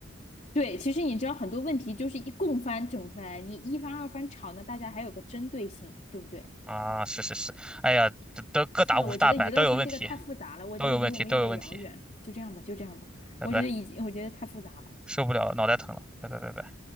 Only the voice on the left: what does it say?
对，其实你知道很多问题就是一共番整出来，你一番二番吵呢，大家还有个针对性，对不对？
算了，我觉得娱乐圈这个太复杂了，
我觉得离我们有点遥远，
就这样吧，就这样吧，
我觉得已经，我觉得太复杂了。